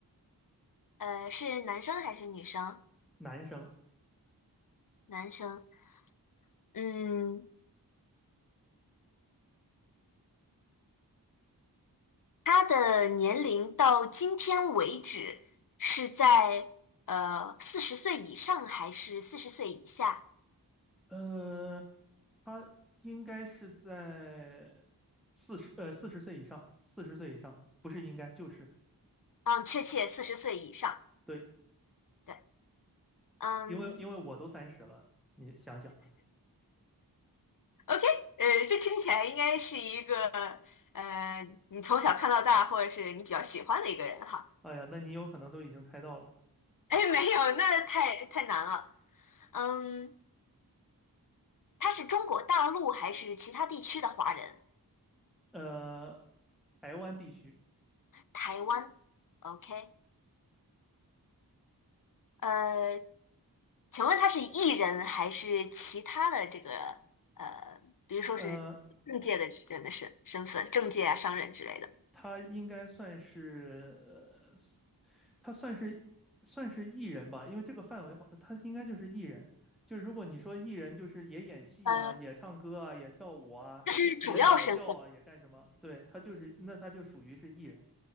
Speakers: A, on the left (about 55°); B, in the centre.
A: 呃，是男生还是女生？
B: 男生，
A: 男生。嗯，他的年龄到今天为止是在呃四十岁以上还是四十岁以下？
B: 呃，他应该是在四十，呃，四十岁以上，四十岁以上，不是应该就是
A: 嗯，确切四十岁以上。
B: 对，
A: 对，嗯
B: 因为因为我都三十了，你想想。
A: ，OK，呃，这听起来应该是一个呃，你从小看到大，或者是你比较喜欢的一个人哈。
B: 哎呀，那你有可能都已经猜到了。
A: 哎，没有，那太太难了。嗯。他是中国大陆还是其他地区的华人？
B: 呃，台湾地区，
A: 台湾，OK，呃，请问他是艺人还是其他的这个呃，比如说是政界的人的身身份，
B: 呃，
A: 政界啊、商人之类的？
B: 他应该算是，呃，他算是算是艺人吧，因为这个范围好，他应该就是艺人。就如果你说艺人，就是也演戏啊，
A: 呃，
B: 也唱歌啊，也跳舞啊，
A: 是主要身份，
B: 也搞笑啊，也干什么？对，他就是，那他就属于是艺人。